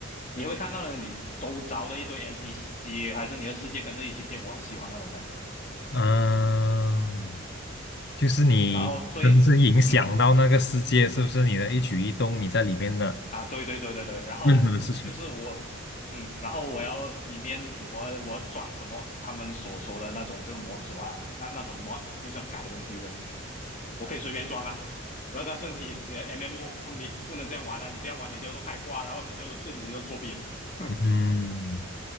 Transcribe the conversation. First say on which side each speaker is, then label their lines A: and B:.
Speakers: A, on the left; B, on the left.
A: 你会看到了你周遭的一堆 NPC，还是你的世界跟着一起变。我很喜欢那种感觉。
B: 嗯、就是你真正影响到那个世界，
A: 然后最，嗯
B: 是不是？你的一举一动，你在里面的
A: 啊，对对对对对，然后就是我，
B: 任何的事情，
A: 嗯，然后我要里面我我要装什么他们所说的那种这个模组啊，那那种模就是要改东西的，我可以随便装啊。然后但是你的 MMO 你不能这样玩啊，你这样玩你就做开挂，然后你就做这你就作弊。<laughs>
B: 嗯